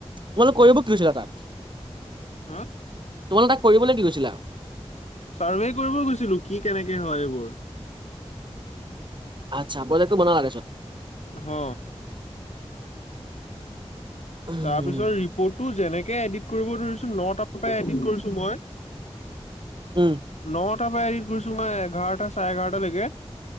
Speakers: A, on the right (about 45°); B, on the left (about 80°).
A: তোমালোক কৰিব কি আছিলে তাত
B: হা
A: তোমালোক তাক কৰিবলে দি গৈছিলা
B: চাৰ্ভে কৰিব গৈছিলো কি কেনেকে হয় এইবোৰ
A: আচ্ছা বইলাতো মনা লাগে চোন
B: হ
A: উম
B: তাৰপিছত ৰিপৰ্টটো যেনেকে এডিট কৰিব ধৰিছো নটাৰ পৰা এডিট কৰিছো মই
A: উম
B: নটাৰ পৰা এডিট কৰিছো মই এঘাৰটা চাৰে এঘাৰটা লৈকে